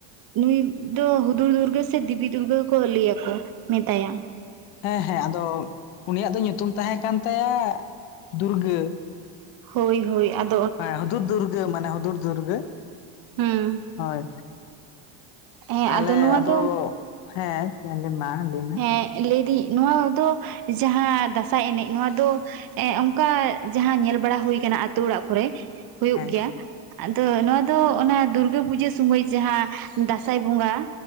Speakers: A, on the right; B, on the left.
A: ᱱᱩᱭ ᱫᱚ ᱦᱩᱫᱩᱨ ᱫᱩᱨᱜᱟᱹ ᱥᱮ ᱫᱮᱵᱤ ᱫᱩᱨᱜᱟᱹ ᱠᱚ ᱞᱟᱹᱭᱼᱟ ᱠᱚ ᱢᱮᱛᱟᱭᱟ᱾
B: ᱦᱮᱸ ᱦᱮᱸ ᱟᱫᱚ ᱩᱱᱤᱭᱟᱜ ᱫᱚ ᱧᱩᱛᱩᱢ ᱛᱟᱦᱮᱸ ᱠᱟᱱ ᱛᱟᱭᱟ ᱫᱩᱨᱜᱟᱹ
A: ᱦᱳᱭ ᱦᱳᱭ ᱟᱨ
B: ᱦᱮᱸ ᱦᱩᱫᱩᱨ ᱫᱩᱨᱜᱟᱹ ᱢᱟᱱᱮ ᱦᱩᱫᱩᱨ ᱫᱩᱨᱜᱟᱹ
A: ᱦᱩᱸ
B: ᱦᱳᱭ᱾
A: ᱦᱮᱸ
B: ᱛᱟᱦᱚᱞᱮ
A: ᱱᱚᱣᱟ
B: ᱟᱫᱚ
A: ᱫᱚ
B: ᱦᱮᱸ ᱢᱟ ᱞᱟᱹᱭ ᱢᱮ?
A: ᱮᱸ ᱞᱟᱹᱭᱫᱤᱧ ᱱᱚᱣᱟ ᱫᱚ ᱡᱟᱦᱟᱸ ᱫᱟᱸᱥᱟᱭ ᱮᱱᱮᱡ ᱱᱚᱣᱟ ᱫᱚ ᱮᱸ ᱚᱱᱠᱟᱼᱼ ᱡᱟᱦᱟᱸ ᱧᱮᱞ ᱵᱟᱲᱟ ᱦᱩᱭᱠᱟᱱᱟ ᱟᱹᱛᱩ ᱚᱲᱟᱜ ᱠᱚᱨᱮ ᱦᱩᱭᱩᱜ
B: ᱦᱮᱸ
A: ᱜᱮᱭᱟ᱾ ᱟᱫᱚ ᱱᱚᱣᱟ ᱫᱚ ᱚᱱᱟ ᱫᱩᱨᱜᱟᱹ ᱯᱩᱡᱟᱹ ᱥᱩᱢᱟᱹᱭ ᱡᱟᱦᱟᱸ ᱫᱟᱸᱥᱟᱭ ᱵᱚᱸᱜᱟ